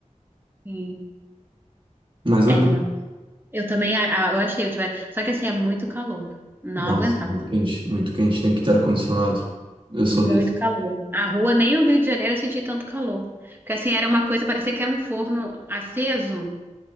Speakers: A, on the right; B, on the right.
A: Sim.
B: Mais
A: É,
B: orgânica.
A: eu também, a- a- eu achei, eu tive, só que assim, é muito calor. Não
B: Nossa,
A: aguentava.
B: muito quente. Muito quente, tem que ter ar-condicionado. Eu sou
A: Muito
B: desse.
A: calor. A rua, nem o Rio de Janeiro eu senti tanto calor. Porque assim, era uma coisa, parecia que era um forno aceso.